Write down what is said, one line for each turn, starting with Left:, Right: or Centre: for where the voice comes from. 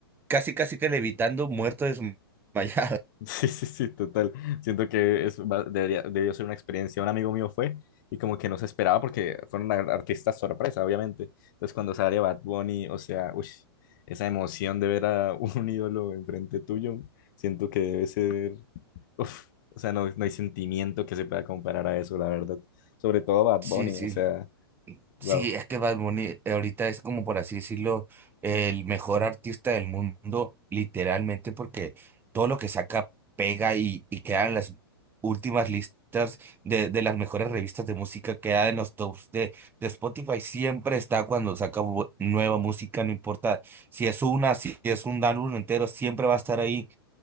Right: casi, casi que levitando, muerto, desmayado.
Left: Sí, sí, sí, total. Siento que es, va- debería, debió ser una experiencia. Un amigo mío fue y como que no se esperaba porque fueron ar- artistas sorpresa, obviamente. Entonces cuando sale Bad Bunny, o sea, uy, esa emoción de ver a <laughs> un ídolo enfrente tuyo, siento que debe ser, uf, o sea, no, no hay sentimiento que se pueda comparar a eso, la verdad. Sobre todo Bad
Right: Sí,
Left: Bunny,
Right: sí,
Left: o sea,
Right: sí,
Left: wow.
Right: es que Bad Bunny eh, ahorita es como por así decirlo, el mejor artista del mundo, literalmente, porque todo lo que saca pega y, y queda en las últimas listas de, de las mejores revistas de música, queda en los tops de, de Spotify, siempre está cuando saca bu- nueva música, no importa si es una, si es un álbum entero, siempre va a estar ahí